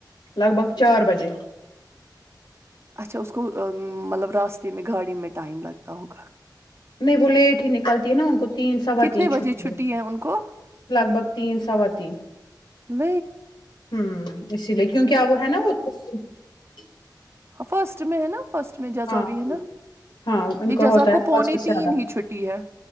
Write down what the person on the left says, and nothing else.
لگ بھگ چار بجے
نہیں وہ لیٹ ہی نکلتی ہے نا ان کو تین سواتین
چھٹیں
لگ بھگ تین سواتین
<unintelligible> کیونکہ ا وہ ہے نا وہ <unintelligible>
ہاں
ہاں ان
کا
ہوتا
ہے
فرسٹ
سے آدھا